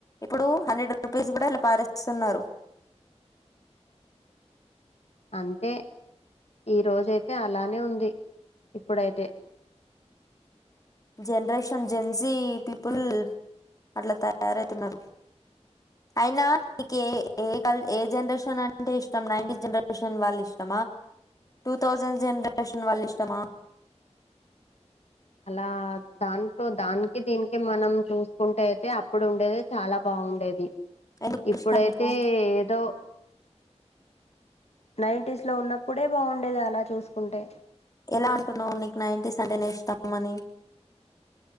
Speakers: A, on the left; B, on the left.
A: ఇప్పుడు హండ్రెడ్ రూపీస్ కూడా ఇలా పారేస్తున్నారు
B: అంతే ఈ రోజైతే అలానే ఉంది ఇప్పుడైతే
A: జనరేషన్ జెన్సీ పీపుల్ అట్లా తయారైతున్నారు అయినా నీకు ఏ ఏ కల్ ఏ జనరేషన్ అంటే ఇష్టం నైన్టీ జనరేషన్ వాళ్ళు ఇష్టమా టూ థౌసండ్ జనరేషన్ వాళ్ళు ఇష్టమా
B: అలా దాంటో దానికి దీనికి మనం చూసుకుంటే అయితే అప్పుడు ఉండేది చాలా బాగుండేది
A: ఎందుకు
B: ఇప్పుడైతే
A: ఇష్టం నీకు
B: ఏదో నైంటస్ లో ఉన్నప్పుడే బాగుండేది అలా చూసుకుంటే
A: ఎలా అంటున్నావు నీకు నైంటీస్ అంటే నే ఇష్టం మని